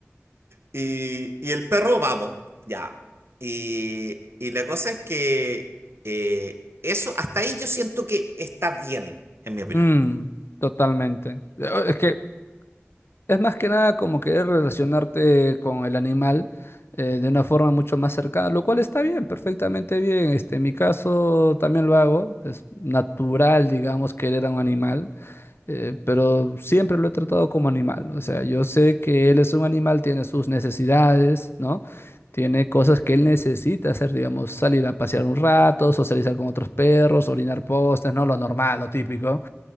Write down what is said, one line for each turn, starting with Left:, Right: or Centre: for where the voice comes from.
Right: y, y el perro, vamos, ya. Y, y la cosa es que eh, eso, hasta ahí yo siento que está bien, en mi opinión.
Left: Mm, totalmente. Eh, Es que Es más que nada como querer relacionarte con el animal eh, de una forma mucho más cercana, lo cual está bien, perfectamente bien. Este, en mi caso también lo hago, es natural, digamos, querer a un animal, eh, pero siempre lo he tratado como animal. O sea, yo sé que él es un animal, tiene sus necesidades, ¿no? Tiene cosas que él necesita hacer, digamos, salir a pasear un rato, socializar con otros perros, orinar postes, ¿no? Lo normal, lo típico.